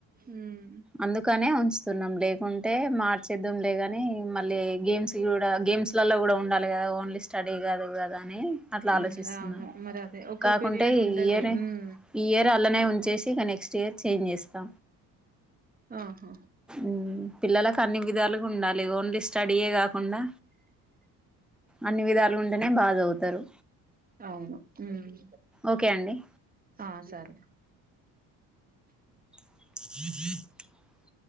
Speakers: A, on the right; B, in the centre.
A: ఉమ్
B: అందుకనే ఉమ్. వస్తున్నాం లేకుంటే మార్చేద్దాంలే కానీ మళ్ళీ గేమ్స్ కూడా గేమ్స్ లలో కూడా ఉండాలి కదా. ఓన్లీ స్టడీ కాదు కదా అని అట్లా ఆలోచిస్తున్నాను
A: ఉమ్ అవును మరి అదే ఒక
B: కాకుంటే
A: పీరియడ్
B: ఈ
A: ఉంటది
B: ఇయరే.
A: ఉమ్
B: ఈ ఇయర్ అండ్లనే ఉంచేసి ఇంకా నెక్స్ట్ ఇయర్ చేంజ్ చేస్తా.
A: ఆహా.
B: ఉమ్ పిల్లలకు అన్ని విధాలుగా ఉండాలి ఓన్లీ స్టడీయే కాకుండా. అన్ని విధాలుగా ఉంటేనే బాగా చదువుతారు.
A: అవును ఉమ్
B: ఓకే అండి
A: ఆహ్ సరే.
B: హ